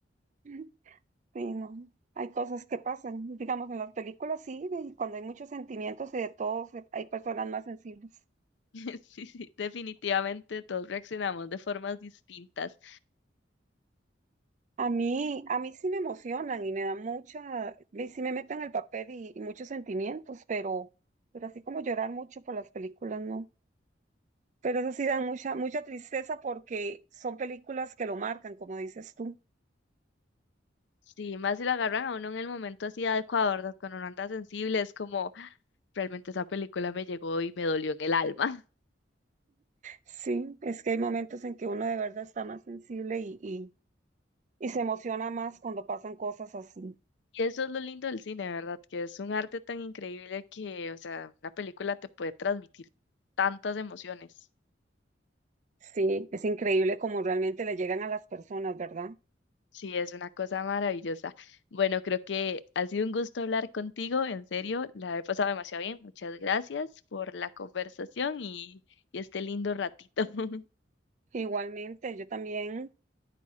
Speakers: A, on the right (about 40°); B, on the left (about 70°).
A: Ujú. Sí, no. Hay cosas que pasan, digamos, en las películas sí, y cuando hay muchos sentimientos y de todos, eh, hay personas más sensibles.
B: <laughs> Sí, sí, definitivamente todos reaccionamos de formas distintas.
A: A mí, a mí sí me emocionan y me da mucha, y sí me meten el papel y, y muchos sentimientos, pero, pero así como llorar mucho por las películas, no. Pero eso sí dan mucha, mucha tristeza porque son películas que lo marcan, como dices tú.
B: Sí, más si lo agarran a uno en el momento así adecuado, ¿verdad? Cuando uno anda sensible, es como "Ah, realmente esa película me llegó y me dolió en el alma.
A: Sí, es que hay momentos en que uno de verdad está más sensible y, y, y se emociona más cuando pasan cosas así.
B: Y eso es lo lindo del cine, ¿verdad? Que es un arte tan increíble que, o sea, una película te puede transmitir tantas emociones.
A: Sí, es increíble como realmente le llegan a las personas, ¿verdad?
B: Sí, es una cosa maravillosa. Bueno, creo que ha sido un gusto hablar contigo, en serio, la he pasado demasiado bien. Muchas gracias por la conversación y, y este lindo ratito. <laughs>
A: Igualmente, yo también.